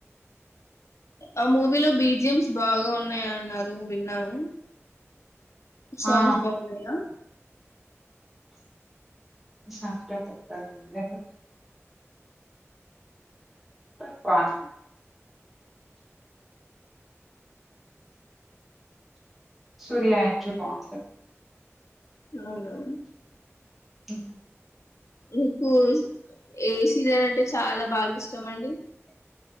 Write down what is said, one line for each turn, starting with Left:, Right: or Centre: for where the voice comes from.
Left: ఆ మూవీలో బీజిఎమ్స్ బాగా ఉన్నాయన్నారు విన్నాను సాంగ్స్
Centre: ఆ
Left: బాగున్నాయా
Centre: సండే తేత్తాడో లేదో పర్ ప్లానింగ్ సూర్య యాక్టర్ బాగుంటాడు
Left: అవును
Centre: ఉ
Left: నీకు ఏ సీరియల్ అంటే చాలా బాగా ఇష్టం అండి